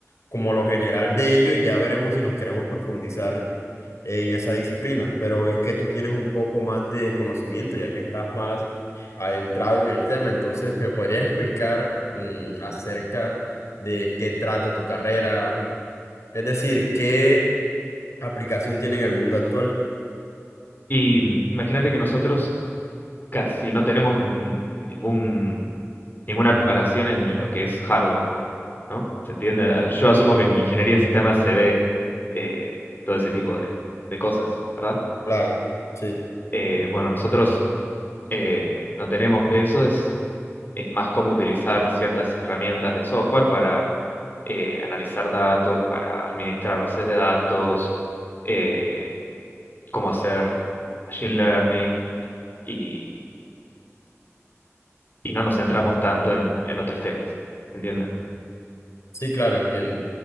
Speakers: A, on the left (about 65°); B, on the left (about 40°).
A: como lo general de ello y ya veremos si nos queremos profundizar en esa disciplina. Pero veo que tú tienes un poco más de conocimiento, ya que estás más adentrado en el tema. Entonces, ¿me podrías explicar, mm, acerca de qué trata tu carrera? Es decir, ¿qué aplicación tiene en el mundo actual?
B: Y imagínate que nosotros casi no tenemos n- ningún, ninguna preparación en lo que es hardware, ¿no? ¿Se entiende? Ah, Yo asumo que en ingeniería de sistemas se ve eh, todo ese tipo de, de cosas, ¿verdad?
A: Claro, sí,
B: Eh, bueno, nosotros eh, no tenemos de eso, es es más cómo utilizar ciertas herramientas de software para eh, analizar datos, para administrar bases de datos, eh, cómo hacer machine learning y, y no nos centramos tanto en, en otros temas. ¿Se entiende?
A: sí, claro, entiendo.